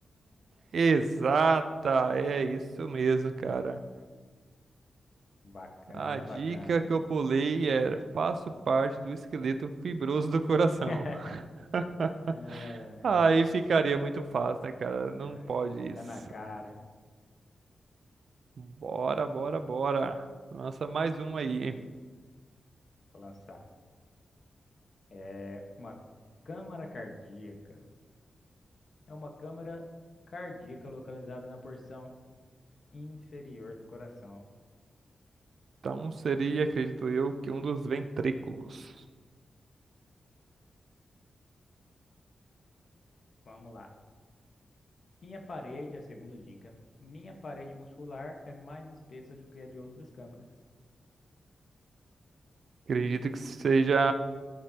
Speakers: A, on the right; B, on the left.
A: exata. É isso mesmo, cara.
B: Bacana,
A: A dica
B: bacana.
A: que eu pulei era: faço parte do esqueleto fibroso do coração.
B: <laughs>
A: <laughs>
B: Ai,
A: Aí ficaria muito fácil, né, cara? Não
B: Aí
A: pode
B: tá
A: isso.
B: na cara.
A: Bora, bora, bora. Lança mais uma aí.
B: Vou lançar. É uma câmara cardíaca. É uma câmara cardíaca localizada na porção inferior do coração.
A: Então seria, acredito eu, que um dos ventrículos.
B: Vamos lá. Minha parede, a segunda dica. Minha parede muscular é mais espessa do que a de outras câmaras.
A: Acredito que seja